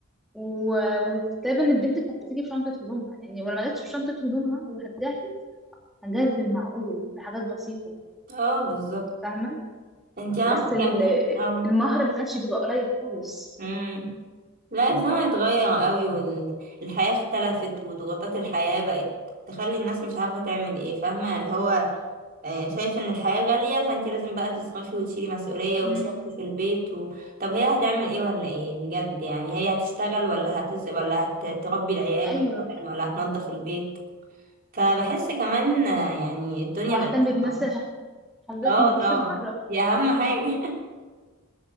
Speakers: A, in the centre; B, on the right.
A: و- وتقريبا البنت كانت بتيجي بشنطه هدومها يعني ولما جاتش بشنطه هدومها وهتجهز هتجهز بالمعقول بحاجات بسيطه
B: اه بالظبط
A: فاهمه
B: انت عارفه
A: بس ال-
B: كمان اه
A: المهر ما كانش بيبقى قليل خالص
B: مم. لا الزمن اتغير قوي والحياه اختلفت وضغوطات الحياه بقت تخلي الناس مش عارفه تعمل ايه فاهمه اللي هو آه، شايف ان الحياه غاليه فانت لازم بقى تصرفي وتشيلي مسؤوليه
A: مم.
B: وتصرفي في البيت و... طب هي هتعمل ايه ولا ايه بجد يعني هي هتشتغل ولا هتس ولا هتربي العيال
A: ايوه
B: مثلا ولا هتنظف البيت فبحس كمان آه، يعني الدنيا
A: واهتم
B: بقت
A: بنفسي
B: صعبة.
A: عشان حضرتك
B: اه
A: ما تبصش
B: طبعا
A: بره
B: دي اهم حاجة <laughs>